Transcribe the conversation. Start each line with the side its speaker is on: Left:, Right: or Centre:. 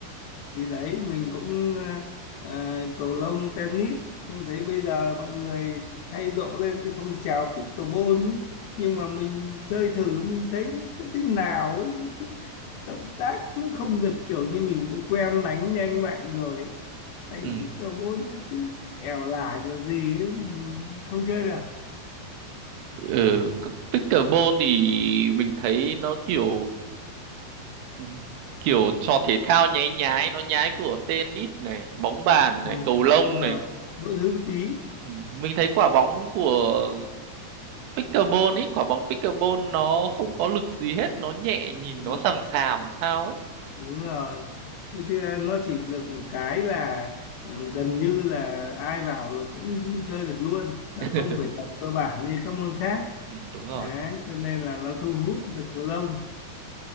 Left: thì đấy mình cũng ờ, ờ, cầu lông tennis Em thấy bây giờ mọi người hay rộ lên cái phong trào pickleball ấy. nhưng mà mình chơi thử mình thấy nó cứ thế nào ấy, nó cứ động tác nó không được kiểu như mình cũng quen đánh nhanh mạnh rồi ấy. đánh
Right: Ừ.
Left: pickleball nó cứ ẻo lả kiểu gì ấy, mình không chơi được
Right: Ừ. c- Pickleball thì mình thấy nó kiểu ừ, kiểu trò thể thao nháy nhái nó nhái của tennis này bóng bàn này
Left: ừ,
Right: cầu lông
Left: đúng là
Right: này
Left: mỗi thứ một tí
Right: ừ. Mình thấy quả bóng của pickleball ấy quả bóng pickleball nó không có lực gì hết nó nhẹ nhìn
Left: ừ.
Right: nó sàm sàm sao ấy
Left: đúng rồi Vậy thì à, nó chỉ được một cái là ừ, gần như là ai vào là cũng chơi được luôn nó
Right: <laughs>
Left: không phải tập cơ bản như các môn khác
Right: ừ, đúng rồi
Left: đấy cho nên là nó thu hút được số đông